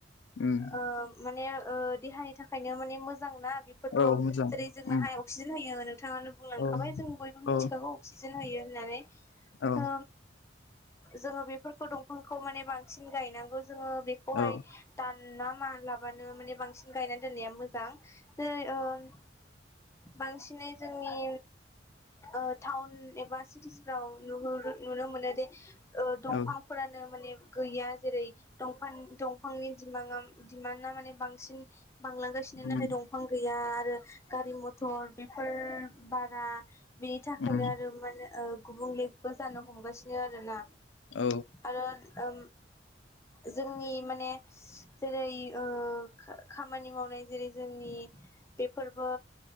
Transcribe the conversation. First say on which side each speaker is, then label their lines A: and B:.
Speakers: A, on the left; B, on the left.
A: उम
B: ओ माने ओ देहानि थाखायनो माने मोजांना बेफोरथ'
A: औ मोजां
B: जेरै जोंनोहाय
A: उम
B: अक्सिजेन होयो। बिथाङानो बुंलांखाबाय
A: औ
B: जों बयबो मिथिखागौ
A: औ
B: अक्सिजेन होयो होननानै।
A: औ।
B: ओ जोङो बेफोरखौ दंफांखौ माने बांसिन गायनांगौ जोङो बेखौहाय
A: औ
B: दान ना मालाबानो माने बांसिन गायना दोननाया मोजां। जेरै ओम बांसिनै जोंनि ओ टाउन एबा सिटिसफ्राव नुहुरो नुनो मोनो दे ओ दंफांफोरानो
A: औ
B: माने गैया जेरै दंफां दंफांनि दिमां दिमान्डा माने बांसिन बांलांगासिनो
A: उम
B: नाथाय दंफां गैया आरो <unintelligible> गारि मथर बेफोर बारा बिनि थाखायनो
A: उम
B: आरो माने ओ गुबुंले <unintelligible> जानो हमगासिनो आरोना।
A: औ
B: आरो ओम जोंनि माने जेरै ओ खामानि मावनाय जेरै जोंनि बेफोरबो